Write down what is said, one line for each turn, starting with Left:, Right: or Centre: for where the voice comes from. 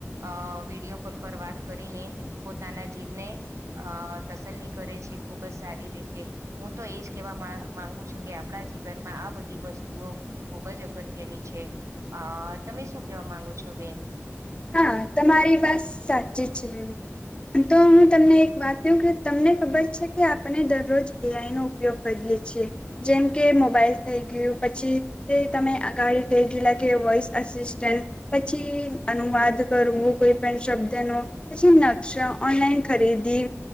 Right: અ વિડીયો કોલ પર વાત કરીને, પોતાના જીવને અ તસલી કરે છે ખુબ જ સારી રીતે હું તો એજ કેહેવા મા માંગુ છું કે આપણા જીવનમાં આ બધી વસ્તુઓ ખુબ જ અગત્યની છે આ તમે શું કેવા માંગો છો બેન
Left: હા તમારી વાત સાચી છે. તો હું તમને એક વાત ક કે તમને ખબર છે કે આપણને દરરોજ એ આઈ ન ઉપયોગ કરીએે છીએ, જેમ કે મોબાઈલ થઇ ગયું પછી તે તમે અગાડી ભ ગીલા કે વોઇસ અસિસ્ટન્ટ, પછી અનુવાદ કરવું કોઈ પણ શબ્દ ન, પછી નકશા ઓનલાઈન ખરીદી.